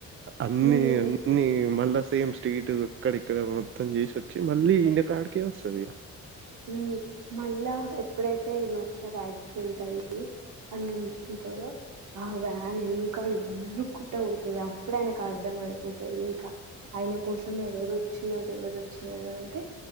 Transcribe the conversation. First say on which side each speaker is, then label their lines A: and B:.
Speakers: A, on the right; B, on the right.
A: అన్నీ
B: ఉమ్
A: అన్నిీ మళ్ళా సేమ్ స్ట్రీట్ అక్కడిక్కడ మొత్తం చేసి వచ్చి మళ్ళీ ఇల్లకాడికే వస్తది ఇగ
B: మ్ మళ్ళా ఎప్పుడైతే ఈయన ఒకసారి యాక్సిడెంట్ అయి అనిచుంటాడో ఆ వ్యాన్ ఎంకా లుక్కుంట ఉంటంది అప్పుడు ఆయనకు అర్థం అయిపోతుంది ఇంకా ఆయన కోసం ఎవరు వచ్చినారు ఎవరు వచ్చినార అంటే